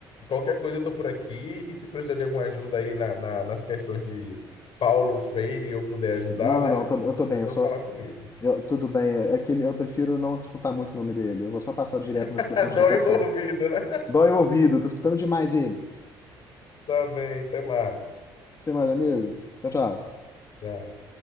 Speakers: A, on the left (about 55°); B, on the left (about 30°).
A: qualquer coisa eu tô por aqui. E se precisar de alguma ajuda aí na- na- nas questões de Paulo Freire e eu puder ajudar,
B: Não,
A: né?
B: não, não, tô- eu
A: Você
B: tô bem,
A: é só
B: eu só.
A: falar comigo.
B: eu- tudo bem, é é que ele- eu prefiro não escutar muito o nome dele. Eu vou só passar direto nas
A: <laughs>
B: questões de
A: Dói
B: educação.
A: o ouvido, né?
B: Dói o ouvido, tô escutando demais ele.
A: Tá bem, até mais.
B: Tem mais, amigo? Tchau, tchau.
A: Tchau.